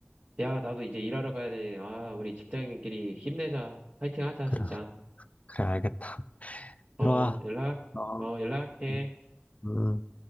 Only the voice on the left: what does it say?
그래,
그래, 알겠다.
들어가.
어,
음. 음.